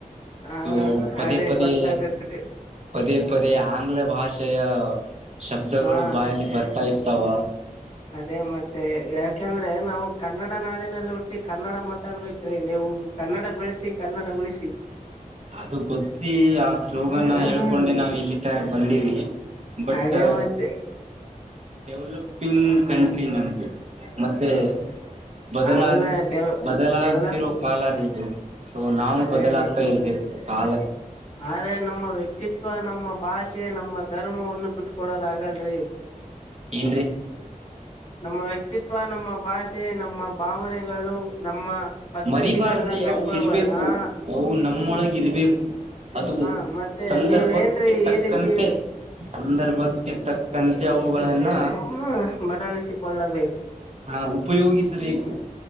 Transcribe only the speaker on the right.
ಸೋ ಪದೇ
ಪದೇ
ಪದೇ ಪದೇ ಆಂಗ್ಲ ಭಾಷೆಯ ಶಬ್ದಗಳು
ಬಾಯಲ್ಲಿ ಬರ್ತಾ ಇರ್ತಾವ
ಅದು ಗೊತ್ತರಿ ಆ ಸ್ಲೋಗನ್
ಹೇಳ್ಕೊಂಡೆ ನಾವ್ ಇಲ್ಲಿ ತನಕ್ ಬಂದಿವವಿ ಬಟ್
ಡೆವಲಪ್ ಗ್ ಕಂಟ್ರಿ ನಮ್ದು ಮತ್ತೆ ಬದಲಾಗ
ಬದಲಾಗ್ತಿರೋ
ಕಾಲರ ಇದು ಸೊ ನಾವು
ಬದಲಾಗ್ತಾ
ಇರ್ಬೇಕು ಕಾಲ
ಏ
ಮರಿಬಾರ್ದ್ರಿ
ಅ ಇರ್ಬೇಕು
ಅವು ನಮ್ಮೊಳಗ ಇರ್ಬೇಕು ಅದು
ಸಂದರ್ಭಕ್ಕೆ
ತಕ್ಕಂತೆ
ಸಂದರ್ಭಕ್ಕೆ ತಕ್ಕಂತೆ ಅವುಗಳನ್ನ
ಹಾ ಉಪಯೋಗಿಸಬೇಕು